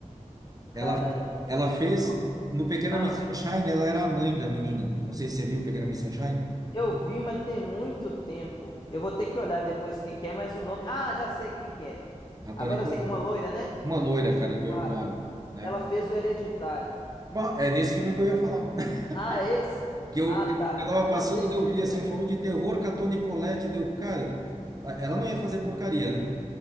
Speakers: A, on the right; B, on the left.
A: Ela,
B: Cara,
A: ela fez
B: qual-
A: no Pequena
B: ah,
A: Miss Sunshine, ela era a mãe da menina. Não sei se você viu Pequena Miss Sunshine,
B: eu vi, mas tem muito tempo. Eu vou ter que olhar depois quem que é, mas o nome. Ah, já sei quem que é.
A: a Toni,
B: Agora
A: Co-
B: eu sei, uma loira, né?
A: uma loira,
B: De
A: cara,
B: olho
A: de
B: claro.
A: olho claro. né?
B: Ela fez o Hereditário.
A: Ba- É desse filme que eu ia falar. <laughs>
B: Ah, esse?
A: Que eu,
B: Ah,
A: que
B: tá.
A: eu tava
B: Nossa,
A: passando,
B: esse
A: daí eu
B: filme
A: vi assim,
B: é
A: um
B: bom,
A: filme de
B: viu?
A: terror com a Toni Collette, deu, cara, a- ela não ia fazer porcaria, né?